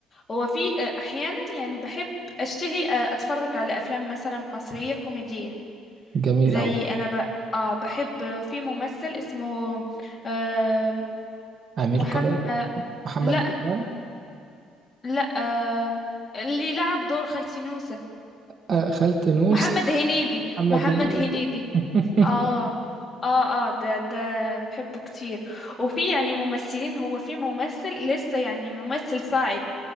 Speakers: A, on the left; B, on the right.
A: هو في آه، أحيانا يعني بحب أشتهي آه، أتفرج على أفلام مثلا مصرية كوميدية
B: جميل
A: زي
B: أوي
A: أنا ب... آه بحب آه، في ممثل اسمه آه
B: أمير
A: محمد
B: كرارة
A: آه
B: محمد
A: لا
B: إمام
A: لا آه اللي لعب دور خالتي نوسة
B: آه، خالتي نوسة
A: محمد هنيدي
B: محمد
A: محمد
B: هنيدي
A: هنيدي
B: <laughs>
A: اه اه اه ده ده بحبه كتير وفي يعني ممثلين هو في ممثل لسه يعني ممثل صاعد